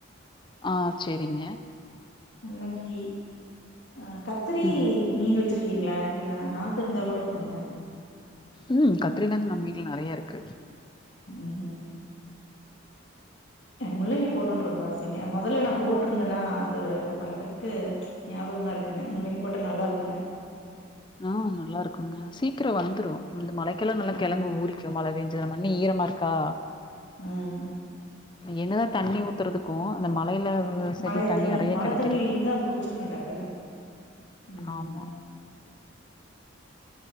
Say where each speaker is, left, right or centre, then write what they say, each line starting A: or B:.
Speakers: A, on the left (about 20°); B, on the left (about 55°).
A: ஆ சேரிங்கா
B: முள்ளங்கி ஆ கத்ரீ
A: ம்
B: நீங்க வெச்சிர் கீங்களா எனக்கு நா நாத்து இருந்தா கூட குடுங்க
A: ம் கத்திரி நாத்து நம்ம வீட்ல நறையா இருக்கு
B: ம் ம் முள்ளங்கி போட்னுன்னு ரெம்பா ஆசைங்கா மொதல்ல நா போட்டிருந்தேனா அந்த ஒரு பழக்கத்துக்கு ஞாபகமா இருக்குங்க முள்ளங்கி போட்டா நல்லா இருக்குங்க
A: ஆ நல்லா இருக்குங்க சிக்கிறோ வந்துரு இந்த மழைக்கெல்லா
B: ம்,
A: கெழங்கு ஊறி மழபேஞ்சி மண்ணு ஈரமா இருக்க
B: ம்
A: என்னதா தண்ணி ஊத்தறதுக்கோ அந்த மழைல ஒரு செடி
B: மழை
A: தண்ணி நெறைய
B: மழை
A: கெடைக்கறதுக்கு
B: தண்ணி தான் புடிச்சிருங்க டக்குன்னு. ம்.
A: ஆமா